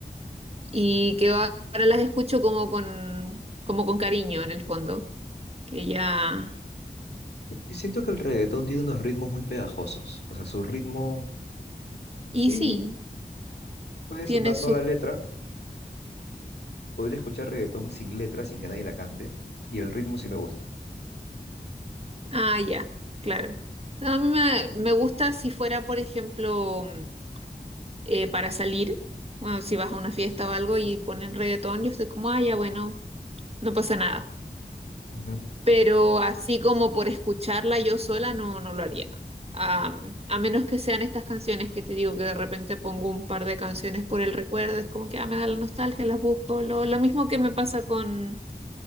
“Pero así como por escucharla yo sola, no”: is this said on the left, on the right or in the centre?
Right